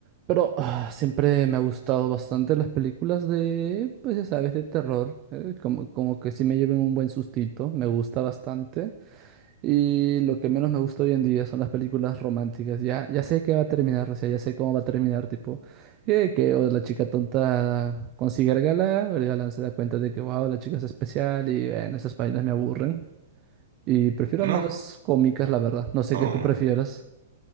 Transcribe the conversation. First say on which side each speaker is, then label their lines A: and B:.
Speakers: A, on the right; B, on the right.
A: Pero ah, siempre me ha gustado bastante las películas de, pues ya sabes, de terror. eh, como, como que sí me lleven un buen sustito, me gusta bastante. Y lo que menos me gusta hoy en día son las películas románticas. Ya, ya sé que va a terminar, o sea, ya sé cómo va a terminar, tipo, eh, que o la chica tonta consigue al galán, el galán se da cuenta de que, wow, la chica es especial y bueno, esas páginas me aburren. Y prefiero
B: Ah, No,
A: más cómicas, la verdad. No sé
B: no.
A: qué tú prefieras.